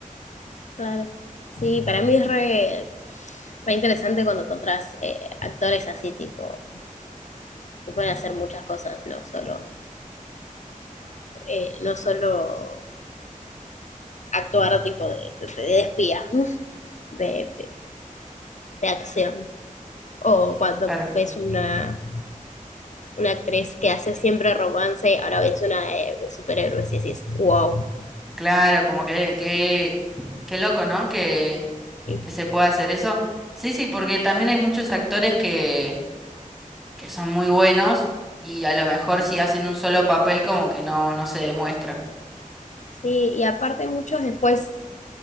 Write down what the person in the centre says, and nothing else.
Claro,
claro, como que, que, qué loco, ¿no? Que,
que se pueda hacer eso. Sí, sí, porque también hay muchos actores que que son muy buenos y a lo mejor si hacen un solo papel como que no, no se demuestra.